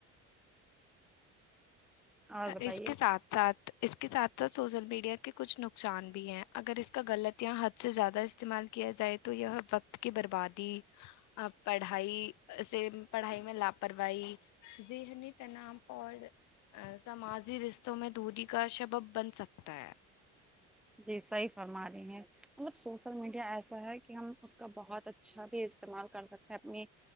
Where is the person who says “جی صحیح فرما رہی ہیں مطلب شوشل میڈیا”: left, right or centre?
Centre